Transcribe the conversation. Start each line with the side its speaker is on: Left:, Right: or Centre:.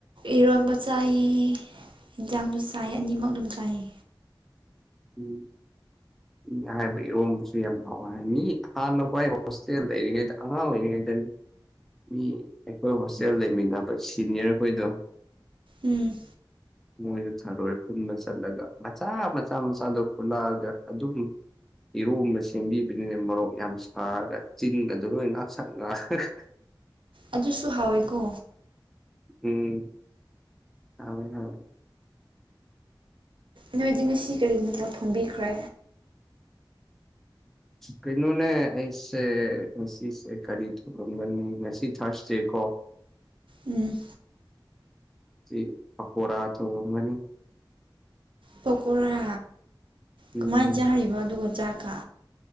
Right: ꯏꯔꯣꯟꯕ ꯆꯥꯏꯌꯦ ꯢꯟꯖꯥꯡꯁꯨ ꯆꯥꯏ ꯑꯅꯤꯃꯛ ꯑꯗꯨꯝ ꯆꯥꯏꯌꯦ
Centre: ꯎꯝ ꯃꯤꯅ ꯍꯥꯏꯕ ꯏꯔꯣꯝꯕꯁꯨ ꯌꯥꯝ ꯍꯥꯎꯋꯦ ꯍꯥꯏ ꯃꯤ ꯍꯥꯟꯅ ꯋꯥꯏ ꯍꯣꯁꯇꯦꯜ ꯂꯩꯔꯤꯉꯩꯗ ꯑꯉꯥꯡ ꯑꯣꯢꯔꯤꯉꯩꯗꯅꯤ ꯃꯤ ꯑꯩꯈꯣꯏ ꯍꯣꯁꯇꯦꯜ ꯂꯩꯃꯤꯟꯅꯕ ꯁꯤꯅꯤꯌꯔ ꯈꯣꯏꯗꯣ
Right: ꯎꯝ
Centre: ꯃꯣꯏꯁꯨ ꯁꯥꯔꯣꯏ ꯈꯨꯟꯗ ꯆꯠꯂꯒ ꯃꯆꯥ ꯃ ꯃꯥꯆ ꯃꯆꯥꯥꯗꯣ ꯄꯨꯜꯂꯥꯛꯑꯒ ꯑꯗꯨꯝ ꯏꯔꯣꯟꯕ ꯁꯦꯝꯕꯤꯕꯅꯤꯅ ꯃꯣꯔꯣꯛ ꯌꯥꯝ ꯁꯥꯔꯒ ꯆꯤꯟꯒꯥꯡꯗꯨ ꯂꯣꯏ ꯉꯥꯛꯁꯛ ꯉꯥꯡꯑꯒ
Right: ꯑꯗꯨꯁꯨ ꯍꯥꯎꯢꯀꯣ
Centre: ꯎꯝ ꯍꯥꯎꯏ ꯍꯥꯎꯏ
Right: ꯅꯣꯏꯗꯤ ꯉꯁꯤ ꯀꯔꯤ ꯃꯊꯦꯜ ꯊꯣꯡꯕꯤꯈ꯭ꯔꯦ
Centre: ꯀꯩꯅꯣꯅꯦ ꯑꯩꯁꯦ ꯉꯁꯤꯁꯦ ꯀꯔꯤ ꯊꯣꯡꯔꯝꯒꯅꯤ ꯉꯁꯤ ꯊꯥ꯭ꯔꯁꯗꯦ ꯀꯣ
Right: ꯎꯝ
Centre: ꯑꯁꯤ ꯄꯀꯣꯔꯥ ꯊꯣꯡꯉꯝꯒꯅꯤ
Right: ꯄꯀꯣꯔꯥ
Centre: ꯎꯝ
Right: ꯀꯃꯥꯏꯅ ꯆꯥꯔꯤꯕ ꯑꯗꯨꯒ ꯆꯥꯛꯀ